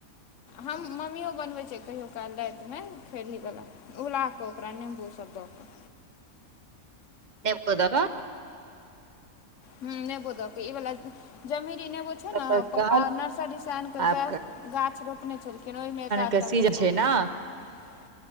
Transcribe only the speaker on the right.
ब द <unintelligible>
कऽ
आब
कसी जा
छै ने